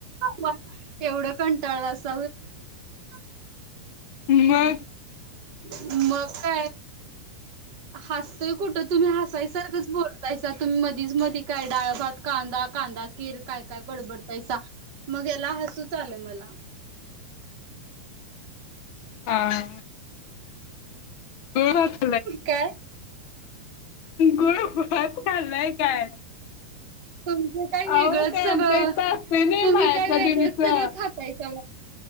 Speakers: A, on the right (about 45°); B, on the left (about 45°).
A: मगं एवढं कंटाळलं अस <unintelligible>
B: मगं.
A: मगं काय, हसतोय कुठं तुम्ही हसायसारखंच बोलतायसा तुम्ही मधीच मधी काय डाळ भात? कांदा कांदा कीर काय काय बडबडताय सा मगं याला हसूच आलं मला.
B: हा. गुळ भात
A: काय?
B: गुड भात खाल्लाय काय?
A: तुमचं काय
B: अहो
A: वेगळंच
B: ते
A: सगळं
B: आमच्या इथं असते नाही
A: तुम्ही,
B: मायाच्या
A: काय वेगळंच
B: देवीचं.
A: सगळं खातायसा